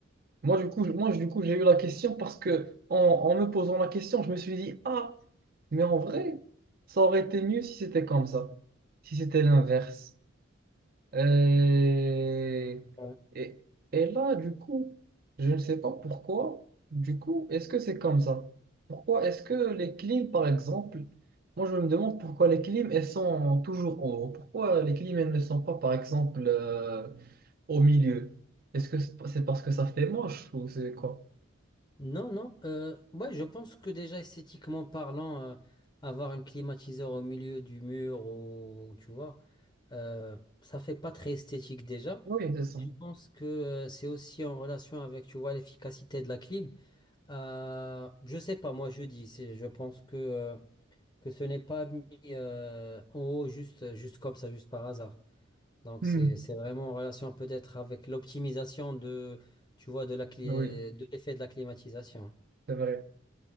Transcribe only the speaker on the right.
Moi, du coup, je- moi, du coup, j'ai eu la question parce que en, en me posant la question, je me suis dit, ah, mais en vrai, ça aurait été mieux si c'était comme ça, si c'était l'inverse. Et,
et, et là, du coup, je ne sais pas pourquoi. Du coup, est-ce que c'est comme ça? Pourquoi est-ce que les clims, par exemple, moi je me demande pourquoi les clims, elles sont toujours en haut. Pourquoi les clims, elles ne sont pas, par exemple, euh, au milieu? Est-ce que c'est c'est parce que ça fait moche ou c'est quoi?
Oui, c'est ça.
Hmm.
Oui,
c'est vrai.